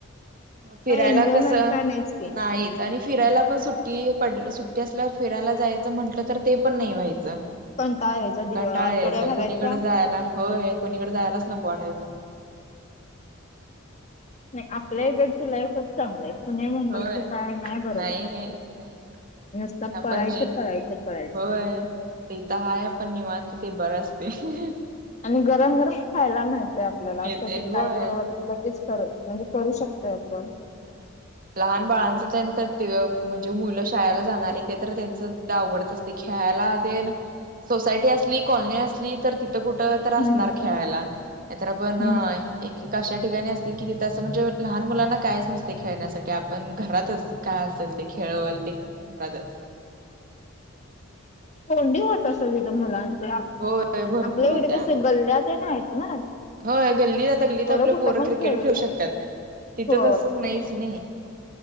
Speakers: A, on the right; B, on the left.
A: फिरायला
B: काय एन्जॉयमेंट
A: कसं
B: काय नाहीच की
A: नाहीत. आणि फिरायला पण सुट्टी, पड सुट्टी असल्यावर फिरायला जायाचं म्हटलं तर ते पण नाही व्हायचं.
B: कंटाळा यायचा दिव
A: कंटाळा
B: आठवड्या
A: यायचा,
B: भरायचा.
A: कुणीकडं जायाला, होय कुणीकडं जायालाच नको वाटायचं.
B: आपल्या इकडची लाईफच चांगली हाय पुण्या- मुंबईची
A: होय
B: काय नाय बरोबर.
A: नाही नाही नाही
B: नुसता
A: ते आपण
B: पळायचं,
A: जे
B: पळायचं, पळायचं.
A: होय ते इथं हाय आपण निवांत ते बरं असतंय.
B: आणि गरम -गरम खायला मिळतय आपल्याला,
A: मिळते
B: कधी
A: होय
B: काय करू वाटलं. लगेच करत, म्हणजे करू शकतोय आपण.
A: हम्, लहान बाळांचच हाय, त्यात ते ह म्हणजे मुलं शाळेला जाणारी ते तर त्यांचंच अवघडच असतय, खेळायला तेन सोसायटी असली कॉलनी असली तर तिथं कुठं तर असणार
B: हम्म
A: खेळायला, नाही तर आपण
B: हम्म
A: अ एकेक अशा ठिकाणी असते कि तिथं असं म्हणजे लहान मुलांना कायच नसतय खेळण्यासाठी, आपण घरातच काय असेल ते खेळवल ते घरातच.
B: कोंडी होत असल तिथं मुलांच,
A: होय भरपूर
B: आपल्या
A: होत्या
B: इकड कसं गल्ल्यात ते नायत ना.
A: होय गल्ली, गल्लीत आता आपल्या
B: कुठं
A: पोरं
B: पण
A: क्रिकेट खेळू
B: शकतात
A: शकत्यात. तिथं
B: हो
A: तसंच नाहीच नई.